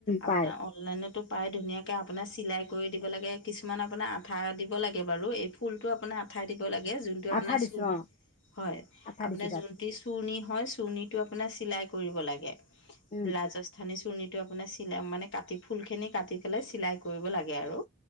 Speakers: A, on the left; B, on the left.
A: আপোনাৰ
B: পাই
A: অনলাইনতো পায় ধুনীয়াকে আপোনাৰ চিলাই কৰি দিব লাগে, কিছুমান আপোনাৰ আঠা দিব লাগে বাৰু। এই ফুলটো আপোনাৰ আঠাই <unintelligible> জোনটো আপোনাৰ
B: আঠা দিছো
A: চু
B: অ',
A: হয়
B: আঠা
A: আপোনাৰ
B: দিছো তাত
A: যোনটি চুৰনি হয় চুৰনি টো আপোনাৰ চিলাই কৰিব লাগে।
B: উম,
A: ৰাজস্থানী চুৰণীটো আপোনাৰ চিলাই মানে কাটি ফুলখিনি কাটি পেলাই চিলাই কৰিব লাগে আৰু।